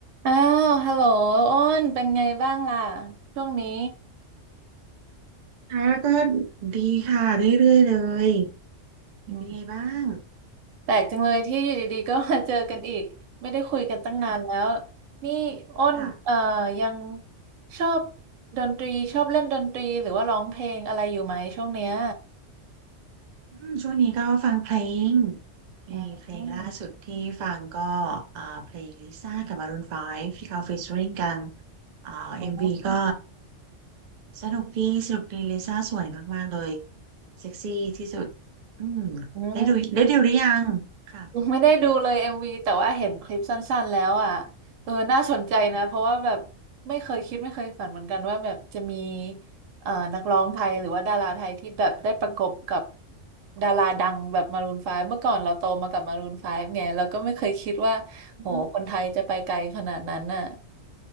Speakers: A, on the right; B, on the right.
A: อ้าว ฮัลโหลอ้น เป็นไงบ้างล่ะ ช่วงนี้
B: ค่ะก็ดีค่ะเรื่อยๆเลยเป็นไงบ้าง
A: อืมแปลกจังเลยที่อยู่ดีๆก็มาเจอกันอีก ไม่ได้คุยกันตั้งนานแล้ว
B: ค่ะ
A: นี่ อ้นเอ่อยัง
B: ค่ะ
A: ชอบดนตรี ชอบเล่นดนตรีหรือว่าร้องเพลงอะไรอยู่ไหมช่วงเนี้ย
B: อืมช่วงนี้ก็ฟังเพลงมีเพลงล่าสุดที่ฟังก็
A: อืม
B: อ่าเพลงลิซ่ากับ Maroon 5ที่เขาฟีเจอริ่งกันอ่าเอ็มวีก็
A: อ๋อ
B: สนุกดีสนุกดีลิซ่าสวยมากๆเลยเซ็กซี่ที่สุดอืม
A: อืม
B: ได้ดูได้ดูหรือยังค่ะ
A: ไม่ได้ดูเลยเอ็มวีแต่ว่าเห็นคลิปสั้นๆแล้วอ่ะเออน่าสนใจนะเพราะว่าแบบไม่เคยคิดไม่เคยฝันเหมือนกันว่าแบบจะมีเอ่อนักร้องไทยหรือว่าดาราไทยที่แบบได้ประกบกับดาราดังแบบมารูนไฟว์เมื่อก่อนเราโตมากับมารูนไฟว์ไงเราก็ไม่เคยคิดว่าโหคนไทยจะไปไกลขนาดนั้นน่ะ
B: อืม